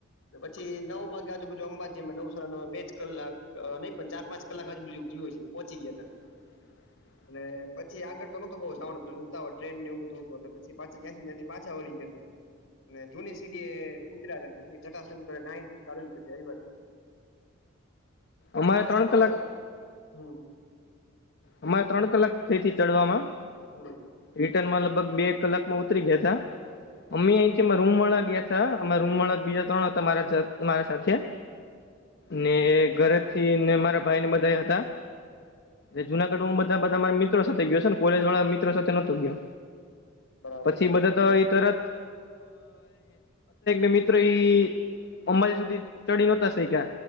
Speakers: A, on the left (about 80°); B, on the left (about 55°).
A: પછી નવ વાગે બધ <unintelligible> જે નવસરા ન બે કલાક નહીં પણ ચાર પાં કલાકજુ બધુંયું છે પહોચ ગયા હતા
B: <inaudible>
A: અને પછી આગળ તો નહોતું બોવ જવાનું ઉતાવળ હોય ટ્રેનને એવું બધું હતું એટલે પછી પાછ જ્યાથી્યાથી પાછા વળી ગ્યાતા અને જૂની સીડી એ ઉતરા પછી <unintelligible> <unintelligible> પછી આવી વાત
B: અમારે
A: ચોમાસામાં
B: ત્રણ કલાક
A: હમ
B: અમારે ત્રણ કલાક થઈથી ચડવામાં
A: હમ
B: રિટર્ન માં લગભગ બે એક કલાક માં ઉતરી ગયા તા અમે અહીંમાં રૂમ વાળા ગયા હતાા અ રૂમ વાળા બીજા ત્રણ હતા મારા મારા સાથે ને ઘરેથી ને મારા ભાઈ ને બધા હતા એ જુનાગઢ હું બધા બધા સાથે ગયો છે ને કોલેજ વાળા મિત્રો સાથે નહોતો ગયો
A: બરાબર
B: પછી
A: છે
B: બધા તો ઈ તરત <unintelligible> મિત્ર ઈ અંબાજી સુધી ચડી નોતા શઈકા,